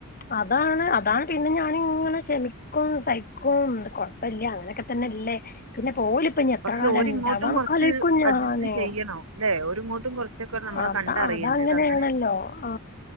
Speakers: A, on the left; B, on the right.
A: അതാണ് അതാണ് പിന്നെ ഞാനിങ്ങനെ ക്ഷമിക്കും സഹിക്കും കുഴപ്പല്യ അങ്ങനെയൊക്കെ തന്നെല്ലേ പിന്നെ- ഒലിനിപ്പ എത്ര
B: പക്ഷെ
A: കാല
B: ഓരിങ്ങോട്ടും
A: ഉണ്ടാവാന്ന്
B: കുറച്ച്
A: ഒകെ ആലോജിക്കും ഞാന്
B: അഡ്ജസ്റ്റ് ചെയ്യണം അല്ലെ ഓരിങ്ങോട്ടും കുറച്ചൊക്കെ നമ്മളെ
A: <inaudible>
B: കണ്ടറിയണ്ടേ
A: അതങ്ങനെയാണല്ലോ
B: ഇത് അങ്ങനെ
A: ആ